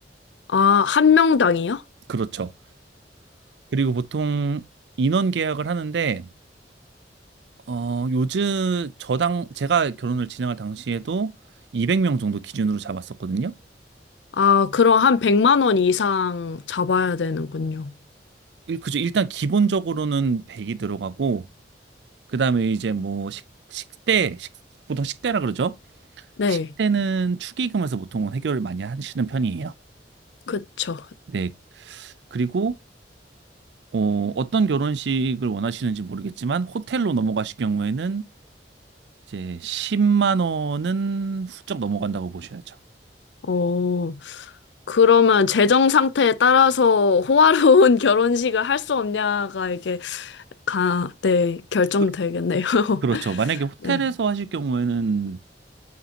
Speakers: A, on the left; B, on the right.
A: 아, 한 명당이요?
B: 그렇죠. 그리고 보통 인원 계약을 하는데 어, 요즘 저당 제가 결혼을 진행할 당시에도 200명 정도 기준으로 잡았었거든요.
A: 아, 그럼 한 100만 원 이상 잡아야 되는군요.
B: 일- 그죠. 일단 기본적으로는 100이 들어가고 그다음에 이제 뭐 식, 식대 식, 보통 식대라 그러죠.
A: 네,
B: 식대는 축의금에서 보통은 해결을 많이 하시는 편이에요.
A: 그쵸.
B: 네. 그리고 어, 어떤 결혼식을 원하시는지 모르겠지만 호텔로 넘어가실 경우에는 이제 10만 원은 훌쩍 넘어간다고 보셔야죠.
A: 어, 그러면 재정 상태에 따라서 호화로운 <laughs> 결혼식을 할 수 없냐가 이게 가, 네, 결정되겠네요.
B: 그,
A: <laughs>
B: 그렇죠. 만약에 호텔에서
A: 네.
B: 하실 경우에는